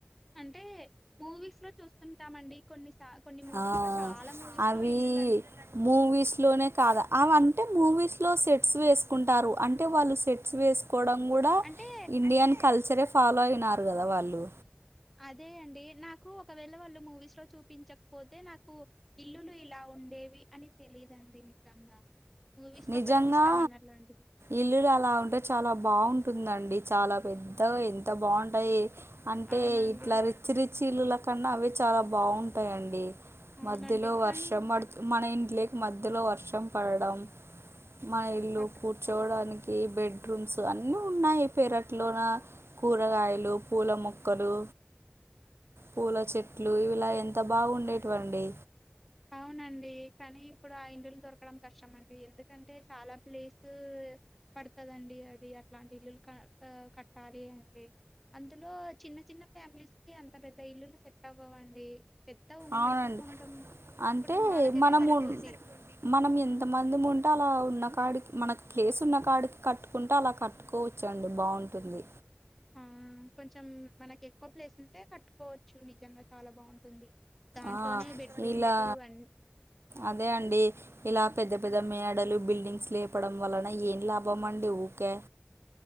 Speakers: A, in the centre; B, on the right.
A: అంటే మూవీస్ లో చూస్తుంటామండి కొన్ని సా కొన్ని మూవీస్
B: ఆ
A: లో చాలా మూవీస్
B: అవీ
A: లో ఇల్లులుంటాయండి
B: మూవీస్ లోనే కాద అవంటే మూవీస్లో సెట్స్ వేసుకుంటారు అంటే వాళ్ళు సెట్స్ వేస్ కొడం గూడా
A: అంటే
B: ఇండియన్ కల్చరే ఫాలో అయినారు కదా వాళ్ళు
A: అదే అండి నాకు ఒకవేళ వాళ్ళు మూవీస్ లో చూపించక్పోతే నాకు ఇల్లులు ఇలా ఉండేవి అని తెలీదండి నిజంగా మూవీస్ లో
B: నిజంగా
A: ఒక్కటే చూశా నేన్ అట్లాంటివి
B: ఇల్లులు అలా ఉంటే చాలా బాగుంటుందండి చాలా పెద్దగా ఎంత బాగుంటాయి అంటే
A: అవునండి
B: ఇట్లా రిచ్ రిచ్ ఇలులకన్నా అవే చాలా బాగుంటాయండి.
A: అవునండి
B: మధ్యలో
A: కానీ
B: వర్షం పడుతు మన ఇంట్లోకి మధ్యలో వర్షం పడడం మా ఇల్లు
A: అక్క
B: కూర్చోవడానికి బెడ్రూమ్స్ అన్నీ ఉన్నాయి పేరట్లోన కూరగాయలు పూల మొక్కలు పూల చెట్లు ఇలా ఎంత బాగుండేటివండి.
A: అవునండి కానీ ఇప్పుడు ఆ ఇండ్లులు దొరకడం కష్టం అండి ఎందుకంటే చాలా ప్లేసు పడుతుదండి అది అట్లాంటి ఇల్లులు క కట్టాలి అంటే అందులో చిన్న చిన్న ఫ్యామిలీస్ కి అంత పెద్ద ఇల్లులు సెట్ అవ్వవండీ. పెద్ద ఉమ్మడి
B: అవునండి
A: కుటుంబం
B: అంటే
A: కుటుంబాలకైతే
B: మనము
A: సరిపోద్ది
B: మనం
A: హ్మ్.
B: ఎంత మంది అందు ఉంటే అలా ఉన్న కాడికి మనకు ప్లేస్ ఉన్న కాడికి కట్టుకుంటే అలా కట్టుకోవచ్చుండి బాగుంటుంది
A: ఆ కొంచెం మనకి ఎక్కువ ప్లేస్ ఉంటే కట్టుకోవచ్చు నిజంగా చాలా బాగుంటుంది దాంట్లోనే
B: ఆ
A: బెడ్రూమ్స్
B: ఇలా
A: అన్ని
B: అదే అండి ఇలా పెద్ద పెద్ద మేడలు బిల్డింగ్స్ లేపడం వలన ఏం లాభం అండి ఊకే